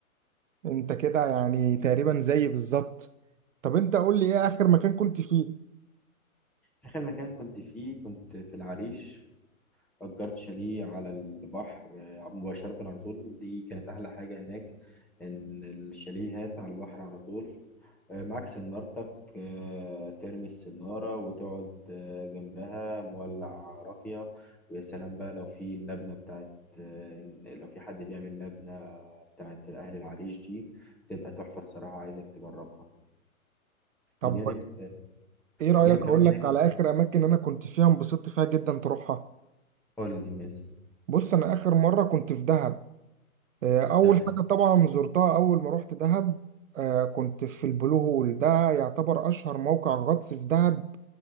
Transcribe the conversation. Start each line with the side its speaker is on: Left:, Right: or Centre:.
Right: انت كده يعني تقريبا زي بالظبط طب انت قول لي ايه اخر مكان كنت فيه
Centre: اخر مكان كنت فيه كنت في العريش اجرت شاليه على البحر آه، مباشره على طول دي كانت احلى حاجه هناك ان الشاليهات على البحر على طول آه، معاك سنارتك آه، ترمي السنارة وتقعد آه، جنبها مولع راقية ويا سلام بقى لو في اللبنة بتاعت آه، لو في حد بيعمل لبنة بتاعت أهل العريش دي تبقى تحفة الصراحة عايزك تجربها
Right: طب
Centre: بجانب
Right: ايه رأيك
Centre: بجانب
Right: اقول
Centre: كمان
Right: لك
Centre: هناك
Right: على اخر اماكن انا كنت فيها انبسطت فيها جدا تروحها
Centre: قول لي مثلا
Right: بص انا اخر مرة كنت في دهب آه، اول
Centre: تمام
Right: حاجة طبعا زرتها اول ما رحت دهب آه، كنت في البلو هول ده يعتبر اشهر موقع غطس في دهب